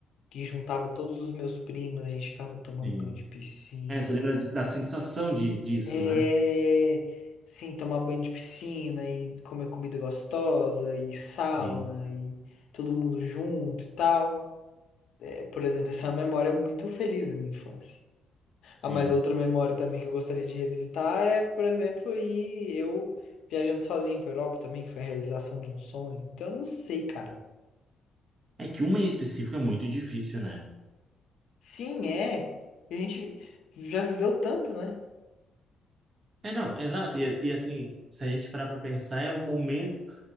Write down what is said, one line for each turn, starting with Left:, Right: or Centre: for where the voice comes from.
Left: que juntava todos os meus primos, a gente ficava tomando
Right: Sim.
Left: banho de piscina.
Right: É, você lembra de- da sensação de, disso,
Left: É.
Right: né?
Left: Sim, tomar banho de piscina e comer comida gostosa e sauna
Right: Sim,
Left: e todo mundo junto e tal. É, por exemplo, essa é uma memória é muito feliz da minha infância.
Right: sim.
Left: Ah, mas outra memória também que eu gostaria de revisitar é, por exemplo, ir eu viajando sozinho para Europa também, que foi a realização de um sonho. Então, eu não sei, cara.
Right: É que uma em específico é muito difícil, né?
Left: Sim, é. A gente já viveu tanto, né?
Right: É, não, exato. E, e assim, se a gente parar pra pensar, é um momento.